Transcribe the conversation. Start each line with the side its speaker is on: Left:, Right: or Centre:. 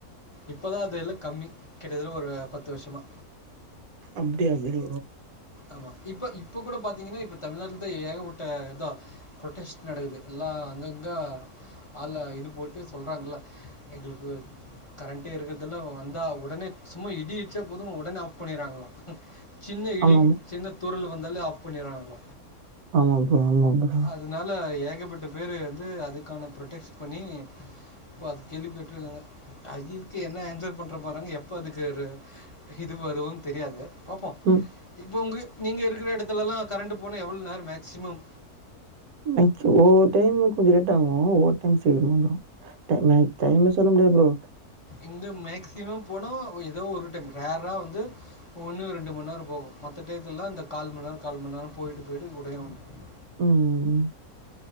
Left: இப்பதா அது எல்லா கம்மி கிட்டத்தட்ட ஒரு பத்து வருஷமா
Right: அப்டியா ப்ரோ
Left: ஆமா இப்ப இப்ப கூட பாத்தீங்கன்னா இப்ப தமிழ்நாட்ல தான் ஏகப்பட்டட்ட இதா ப்ரொட்டெஸ்ட் நடக்குது எலாம் அங்கங்கே ஆள இது போட்டு சொல்றாங்கள எங்களுக்கு கரண்ட்டே இருக்கறதல வந்தால் உடனே சும்மா இடி இடிச்ச போதும் உடனே ஆஃப் பண்ணிறாங்களா சின்ன இடி
Right: ஆமாமா.
Left: சின்ன தூரல் வந்தாலே ஆஃப் பண்ணிறாங்கள
Right: ஆமா ப்ரோ ஆமா ப்ரோ
Left: அதனால ஏகப்பட்ட பேர் வந்து அதுக்கான ப்ரொடெக்ஸ்ட் பண்ணி இப்போ அது கேள்வி கேட்ருக்காங்க அதுக்கு என்ன ஆன்சர் பண்ற போறாங்க எப்போ அதுக்கு ஒரு இது வருன்னு தெரியாது பாப்போம்
Right: ம்.
Left: இப்போ உங்க நீங்க இருக்கற இடத்தல எல்லாம் கரண்ட போனா எவ்வளவு நேரம் <unintelligible> ஹார் மேக்சிமம்
Right: ந ஒவ்வொரு டைம் கொஞ்சம் லேட் ஆகும் ஒவ்வொரு டைம் சீக்கிரமா வந்துரும் டைம்மாயி டைமெல்லாம் சொல்ல முடியாது ப்ரோ
Left: இங்க மேக்ஸிமம் போனா ஏதோ ஒரு டைம் ரேரா வந்து ஒன்னு ரெண்டு மண்நேரம் போகும் மத்த டையத்துல்லாம் இந்த கால் மண்நேரம் கால் மண்நேரம் போயிட்டு போயிட்டு உடனே வந்துரும்
Right: உம்